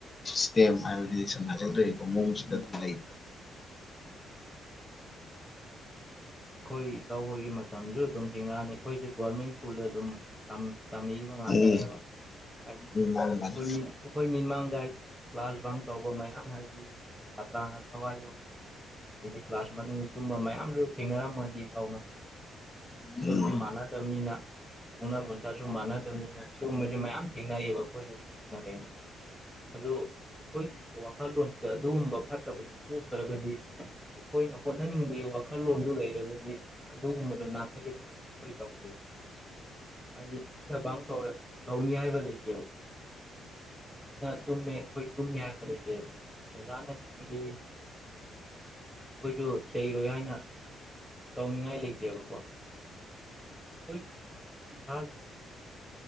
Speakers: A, on the left (about 30°); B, in the centre.
A: ꯁꯤꯁꯇꯦꯝ ꯍꯥꯏꯕꯗꯤ ꯁꯪꯅꯖꯪꯗꯔꯤꯕ ꯃꯑꯣꯡꯁꯤꯡꯗ
B: ꯎꯝ
A: ꯑꯗꯨꯝ ꯂꯩ
B: ꯍꯥꯏꯗꯤ ꯑꯩꯈꯣꯏ ꯇꯧꯕꯒꯤ ꯃꯇꯝꯁꯨ ꯑꯗꯨꯝ ꯊꯦꯡꯅꯑꯅꯤ ꯑꯩꯈꯣꯏꯁꯦ ꯣꯔꯃꯦꯟ ꯁ꯭ꯀꯨꯜ ꯑꯗꯨꯝ ꯇꯝꯃꯤꯕ ꯉꯥꯛꯇꯅꯦꯕ
A: ꯎꯝ
B: ꯍꯥꯏꯗꯤ
A: ꯎꯝ ꯃꯥꯅꯦ ꯃꯥꯅꯦ
B: ꯑꯩꯈꯣꯏ ꯃꯤꯅ ꯑꯩꯈꯣꯏ ꯃꯤꯠꯃꯥꯡꯗ ꯍꯥꯏꯗꯤ ꯀ꯭ꯂꯥꯁꯕꯥ ꯇꯧꯕ ꯃꯌꯥꯝ ꯍꯥꯏꯗꯤ ꯁꯥꯇ꯭ꯔꯥꯅ ꯊꯋꯥꯏ ꯌꯧꯗꯕ ꯑꯩꯗꯤ ꯀ꯭ꯂꯥꯁ ꯃꯅꯨꯡ ꯀꯨꯝꯕ ꯃꯌꯥꯝꯁꯨ ꯊꯦꯡꯅꯔꯝꯃꯅꯤ ꯏꯇꯧꯅ ꯍꯥꯏ ꯃꯤꯑꯣꯏꯕꯕꯁꯤ
A: ꯎꯝ
B: ꯃꯥꯟꯅꯗꯕꯅꯤꯅ ꯄꯛꯅ ꯂꯣꯟꯁꯥꯁꯨ ꯃꯥꯟꯅꯗꯕꯅꯤꯅ ꯁꯤꯒꯨꯝꯕꯁꯦ ꯃꯌꯥꯝ ꯊꯦꯡꯅꯩꯑꯕ ꯑꯩꯈꯣꯏꯗꯁꯨ ꯊꯦꯡꯅꯔꯛꯑꯦꯕ ꯑꯗꯨ ꯑꯩꯈꯣꯏꯒꯤ ꯋꯥꯈꯜꯂꯣꯟꯁꯤꯗ ꯑꯗꯨꯒꯨꯝꯕ ꯐꯠꯇꯕꯗꯨ ꯄꯣꯛꯇ꯭ꯔꯒꯗꯤ ꯑꯩꯈꯣꯏꯅ ꯍ ꯈꯠꯅꯅꯤꯡꯕꯒꯤ ꯋꯥꯈꯜꯂꯣꯟꯗꯨ ꯂꯩꯔꯒꯗꯤ ꯑꯗꯨꯒꯨꯝꯕꯗꯨꯣ ꯅꯥꯊꯩꯔꯒ ꯑꯩꯈꯣꯏ ꯇꯧꯗꯦꯕ ꯍꯥꯏꯗꯤ ꯃꯤꯅ ꯪ ꯇꯧꯔꯦ ꯑꯩꯈꯣꯏꯒꯤ ꯂꯧꯅꯤ ꯍꯥꯏꯕ ꯂꯩꯇꯦꯕ ꯃꯤꯅ ꯇꯨꯝꯃꯦ ꯑꯩꯈꯣꯏ ꯇꯨꯝꯃꯦ ꯍꯥꯏꯕ ꯂꯩꯇꯦꯕ ꯑꯣꯂꯥꯅ ꯆꯩ ꯑꯩꯈꯣꯏꯁꯨ ꯆꯩꯔꯣꯏ ꯍꯥꯏꯅ ꯇꯧꯅꯤꯡꯉꯥꯏ ꯂꯩꯇꯦꯕꯀꯣ ꯑꯩꯈꯣꯏꯒꯤ ꯏꯁꯥꯒꯤ